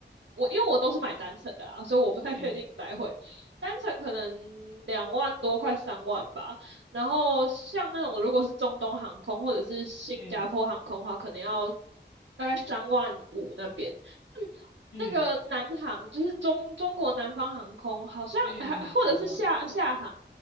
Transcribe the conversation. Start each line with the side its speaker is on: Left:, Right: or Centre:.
Right: 我因为我都是买单程的啦，所以我不太确定来回，
Left: 嗯
Right: 单程可能两万多，快三万吧。然后像那种如果是中东航空或者是新加坡航空的话，
Left: 嗯
Right: 可能要大概三万五那边。嗯
Left: 嗯
Right: 那个南航就是中中国南方航空，好像还或者是厦厦航，
Left: 嗯，嗯，我知道。